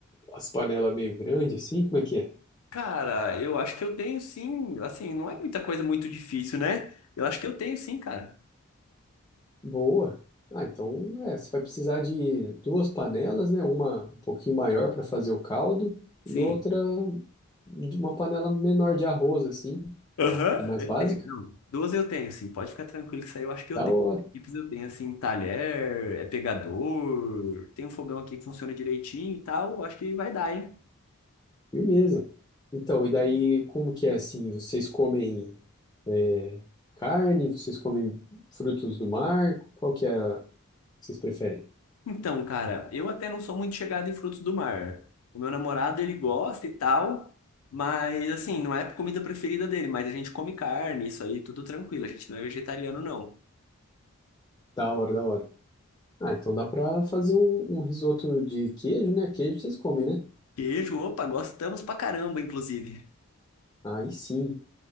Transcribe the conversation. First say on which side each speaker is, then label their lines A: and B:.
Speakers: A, on the left (about 15°); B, on the left (about 80°).
A: as panelas meio grandes, assim, como é que é?
B: Cara, eu acho que eu tenho sim. Assim, não é muita coisa muito difícil, né? Eu acho que eu tenho sim, cara.
A: Boa. Ah, então é, você vai precisar de duas panelas, né? Uma um pouquinho maior para fazer o caldo
B: Sim.
A: e outra de uma panela menor de arroz, assim,
B: Aham.
A: mais
B: Eu
A: básica.
B: tenho, não. Duas eu tenho, sim. Pode ficar tranquilo que isso aí eu acho que
A: Da
B: eu tenho.
A: hora.
B: Tipos eu tenho, assim, talher, é pegador, tem um fogão aqui que funciona direitinho e tal. Acho que vai dar, hein?
A: Firmeza. Então, e daí, como que é assim? Vocês comem é, carne? Vocês comem frutos do mar? Qual que é? a- Vocês preferem?
B: Então, cara, eu até não sou muito chegado em frutos do mar. O meu namorado, ele gosta e tal, mas assim, não é a comida preferida dele, mas a gente come carne, isso aí, tudo tranquilo. A gente não é vegetariano, não.
A: Da hora, da hora. Ah, então dá pra fazer um, um risoto de queijo, né? Queijo vocês comem, né?
B: Queijo, opa, gostamos pra caramba, inclusive.
A: Aí sim.